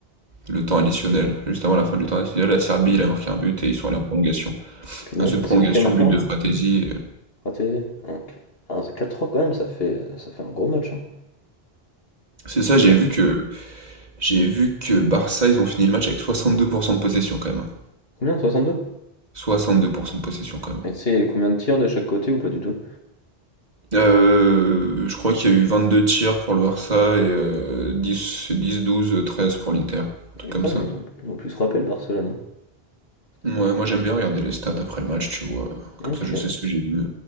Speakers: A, on the right; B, on the left.
A: le temps additionnel. Juste avant la fin du temps additionnel, la Serbie, il a marqué un but et ils sont allés en prolongation.
B: Punaise,
A: Et ensuite,
B: est-ce
A: prolongation,
B: qu'il a marqué
A: but
B: un
A: de
B: pour
A: Fratesi. et-
B: raté? Ok. Ah, c'est quatre 3 quand même, ça fait, euh, ça fait un gros match. hein.
A: C'est
B: Ça
A: ça,
B: fait
A: j'ai vu que j'ai vu que le Barça, ils ont fini le match avec 62% de possession quand même. hein.
B: combien? 62.
A: 62% de possession quand même.
B: Et tu sais, il y a eu combien de tirs de chaque côté ou pas du tout?
A: Euh, je crois qu'il y a eu 22 tirs pour le Barça et euh, 10, 10, 12, 13 pour l'Inter. Un truc
B: Oui,
A: comme
B: quand
A: ça.
B: même, ils ont, ils ont plus frappé le Barcelone. hein.
A: Ouais,
B: Ils ont plus-
A: moi j'aime bien regarder les stats après le match, tu vois. Comme
B: Ok.
A: ça, je sais ce que j'ai vu.